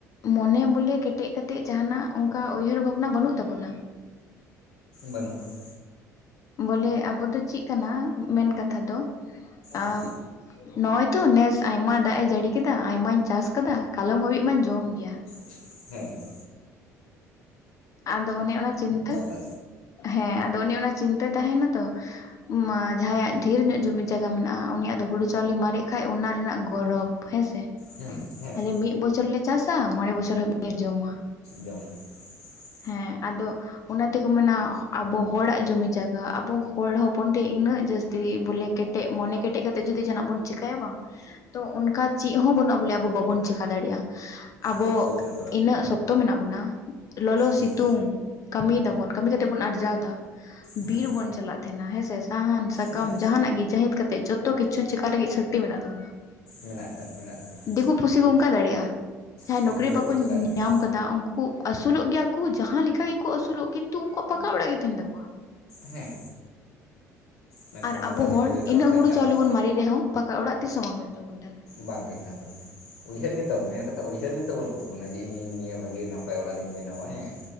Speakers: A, on the left; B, on the left.
A: ᱢᱚᱱᱮ ᱵᱚᱞᱮ ᱠᱮᱴᱮᱜ ᱠᱟᱛᱮᱜ ᱡᱟᱦᱱᱟᱜ ᱚᱱᱠᱟ ᱩᱭᱦᱟᱹᱨ ᱵᱷᱟᱵᱽᱱᱟ ᱵᱟᱹᱱᱩᱜ ᱛᱟᱵᱚᱱᱟ᱾
B: ᱵᱟᱹᱱᱩᱜ ᱠᱟᱫᱟ
A: ᱵᱚᱞᱮ ᱟᱵᱚ ᱫᱚ ᱪᱮᱜ ᱠᱟᱱᱟ ᱢᱮᱱ ᱠᱟᱛᱷᱟ ᱫᱚ, ᱟᱸ
B: ᱦᱮᱸ
A: ᱱᱚᱜᱼᱚᱭ ᱛᱚ ᱱᱮᱥ ᱟᱭᱢᱟ ᱫᱟᱜᱽ ᱮ ᱡᱟᱹᱲᱤ ᱠᱮᱫᱟ ᱟᱭᱢᱟᱧ ᱪᱟᱥ ᱠᱟᱫᱟ ᱠᱟᱞᱚᱢ ᱦᱟᱹᱵᱤᱜ ᱢᱟᱧ ᱡᱚᱢ ᱜᱮᱭᱟ᱾
B: ᱠᱮᱫᱟ ᱦᱮᱸ,
A: ᱟᱫᱚ ᱚᱱᱮ ᱚᱱᱟ ᱪᱤᱱᱛᱟᱹ,
B: ᱫᱚ
A: ᱦᱮᱸ ᱟᱫᱚ ᱚᱱᱮ ᱚᱱᱟ ᱪᱤᱱᱛᱟᱹ ᱛᱟᱦᱮᱱᱟ ᱛᱚ᱾ ᱢᱟ ᱡᱟᱦᱟᱸᱭᱟᱜ ᱫᱷᱮᱨ ᱧᱚᱜ ᱡᱚᱢᱤ ᱡᱟᱭᱜᱟ ᱢᱮᱱᱟᱜᱼᱟ ᱩᱱᱤᱭᱟᱜ ᱫᱚ ᱦᱩᱲᱩ ᱪᱟᱣᱞᱮ ᱢᱟᱨᱮᱜ ᱠᱷᱟᱭ ᱚᱱᱟ ᱨᱮᱱᱟᱜ, ᱜᱚᱨᱚᱵ ᱦᱮᱸᱥᱮ
B: ᱦᱮᱸ ᱦᱮᱸ
A: ᱟᱞᱮ ᱢᱤᱫ ᱵᱚᱪᱷᱚᱨ ᱞᱮ ᱪᱟᱥᱟ ᱢᱚᱬᱮ ᱵᱚᱪᱷᱚᱨ ᱦᱟᱹᱵᱤᱜ ᱞᱮ ᱡᱚᱢᱟ᱾
B: ᱡᱚᱢᱟᱜ, <inaudible>
A: ᱦᱮᱸ ᱟᱫᱚ, ᱚᱱᱟᱛᱮᱠᱚ ᱢᱮᱱᱟ ᱟᱵᱚ ᱦᱚᱲᱟᱜ ᱡᱩᱢᱤ ᱡᱟᱭᱜᱟ ᱟᱵᱚ ᱦᱚᱲ ᱦᱚᱯᱚᱱ ᱴᱷᱮᱱ ᱤᱱᱟᱹᱜ ᱡᱟᱹᱥ, -ᱛᱤ ᱵᱚᱞᱮ ᱠᱮᱴᱮᱜ ᱢᱚᱱᱮ ᱠᱮᱴᱮᱜ ᱠᱟᱛᱮᱜ ᱡᱩᱫᱤ ᱡᱟᱦᱟᱱᱟᱜ ᱵᱚᱱ ᱪᱮᱤᱠᱟᱹᱭᱟ ᱵᱟᱝ, ᱛᱚ ᱚᱱᱠᱟ ᱪᱮᱫ ᱦᱚᱸ ᱵᱟᱹᱱᱩᱜ ᱵᱚᱞᱮ ᱟᱵᱚ ᱵᱟᱵᱚᱱ ᱪᱮᱠᱟ ᱫᱟᱲᱮᱭᱟᱜᱼᱟ ᱟᱵᱚ
B: ᱡᱚᱛᱚ ᱠᱤᱪᱷᱩᱢ
A: ᱤᱱᱟᱹᱜ ᱥᱚᱜ, ᱛᱚ ᱢᱮᱱᱟᱜ ᱵᱚᱱᱟ ᱞᱚᱞᱚ
B: ᱦᱩᱸ
A: ᱥᱤᱛᱩᱝ, ᱠᱟᱹᱢᱤ ᱫᱟᱵᱚᱱ ᱠᱟᱹᱢᱤ ᱠᱟᱛᱮᱜ ᱵᱚᱱ ᱟᱨᱡᱟᱣ ᱫᱟ
B: ᱦᱮᱸ
A: ᱵᱤᱨ ᱵᱚᱱ ᱪᱟᱞᱟᱜ ᱛᱟᱦᱮᱱᱟ ᱦᱮᱸᱥᱮ ᱥᱟᱦᱟᱱ, ᱥᱟᱠᱟᱢ
B: ᱦᱮᱸ
A: ᱡᱟᱦᱟᱱᱟᱜ ᱜᱮ ᱡᱟᱦᱮᱫ ᱠᱟᱛᱮᱫ ᱡᱚᱛᱚ ᱠᱤᱪᱷᱩ ᱪᱮᱠᱟ ᱞᱟᱹᱜᱤᱫ ᱥᱟᱹᱠᱛᱤ ᱢᱮᱱᱟᱜ ᱛᱟᱵᱚᱱᱟ᱾
B: ᱢᱮᱱᱟᱜ ᱠᱟᱜ ᱢᱮᱱᱟᱜ ᱛᱟᱵᱚᱱᱟ᱾
A: ᱫᱤᱠᱩ ᱯᱩᱥᱤ ᱠᱚ ᱚᱱᱠᱟ ᱫᱟᱲᱮᱭᱟᱜᱼᱟ ᱡᱟᱦᱟᱸᱭ
B: ᱪᱮᱫ
A: ᱱᱚᱠᱨᱤ
B: ᱜᱮ
A: ᱵᱟᱠᱚ
B: ᱪᱮᱠᱟ ᱫᱟᱲᱮᱭᱟᱜ
A: ᱧᱟᱢ, ᱠᱟᱫᱟ ᱩᱱᱠᱩ ᱟᱹᱥᱩᱞᱚᱜ ᱜᱮᱭᱟ ᱠᱚ ᱡᱟᱦᱟᱸ ᱞᱮᱠᱟ ᱜᱮᱠᱚ ᱟᱹᱥᱩᱞᱚᱜ ᱠᱤᱱᱛᱩ ᱩᱱᱠᱩᱣᱟᱜ ᱯᱟᱠᱟ ᱚᱲᱟᱜ ᱜᱮ ᱛᱟᱦᱮᱱ ᱛᱟᱠᱚᱣᱟ᱾
B: ᱦᱮᱸ, ᱢᱮᱱᱠᱷᱟᱱ
A: ᱟᱨ
B: ᱟᱵᱚᱣᱟᱜ
A: ᱟᱵᱚ
B: ᱱᱤᱛ
A: ᱦᱚᱲ
B: ᱦᱟᱹᱵᱤᱡ ᱛᱮ
A: ᱤᱱᱟᱹᱜ
B: ᱠᱟᱪᱟ
A: ᱦᱩᱲᱩ ᱪᱟᱣᱞᱮ
B: ᱚᱲᱟᱜ
A: ᱵᱚᱱ ᱢᱟᱨᱤ ᱨᱮᱦᱚᱸ ᱯᱟᱠᱟ ᱚᱲᱟᱜ ᱛᱤᱥ ᱦᱚᱸ ᱵᱟᱝ ᱦᱩᱭᱩᱜ ᱛᱟᱵᱚᱱ ᱛᱟᱦᱮᱱᱟ᱾
B: ᱵᱟᱝ ᱦᱩᱭᱩᱜ ᱠᱟᱱ ᱛᱟᱵᱚᱱᱟ ᱩᱭᱦᱟᱹᱨ ᱜᱮᱛᱚ ᱢᱮᱱ ᱠᱟᱛᱷᱟ ᱩᱭᱦᱟᱹᱨ ᱜᱮᱛᱚ ᱵᱟᱹᱱᱩᱜ ᱛᱟᱵᱚᱱᱟ ᱡᱮ ᱤᱧᱤᱧ ᱱᱤᱭᱟᱹ ᱵᱷᱟᱹᱜᱤ ᱱᱤᱭᱟᱹ ᱱᱟᱯ, ᱱᱟᱯᱟᱭ ᱚᱲᱟᱜ ᱤᱧ ᱵᱮᱱᱟᱣᱟ ᱦᱮᱸ